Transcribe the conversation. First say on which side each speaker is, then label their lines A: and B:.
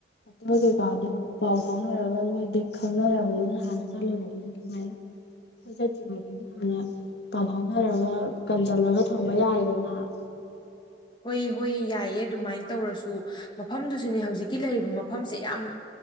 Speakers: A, on the left; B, on the left.
A: ꯑꯇ ꯀꯩꯀꯥꯗꯨ ꯄꯥꯎ ꯐꯥꯎꯅꯔꯒ ꯅꯣꯏꯗꯤ ꯈꯪꯅꯔꯕꯅꯤꯅ ꯍꯥꯟꯅ ꯆꯠꯂꯨꯔꯕꯅꯤꯅ ꯑꯗꯨꯃꯥꯏꯅ ꯑꯩꯈꯣꯏ ꯆꯠꯇ꯭ꯔꯤꯉꯩꯗꯒꯤ ꯍꯥꯟꯅ ꯄꯥꯎ ꯐꯥꯎꯅꯔꯒ ꯀꯟꯁꯤꯜꯂꯒ ꯊꯝꯕ ꯌꯥꯔꯗ ꯃꯥ
B: ꯍꯣꯏ ꯍꯣꯏ ꯌꯥꯏꯌꯦ ꯑꯗꯨꯃꯥꯏꯅ ꯇꯧꯔꯁꯨ ꯃꯐꯝꯗꯨꯁꯨꯅꯦ ꯍꯧꯖꯤꯛꯀꯤ ꯂꯩꯔꯤꯕ ꯃꯐꯝꯁꯦ ꯌꯥꯝ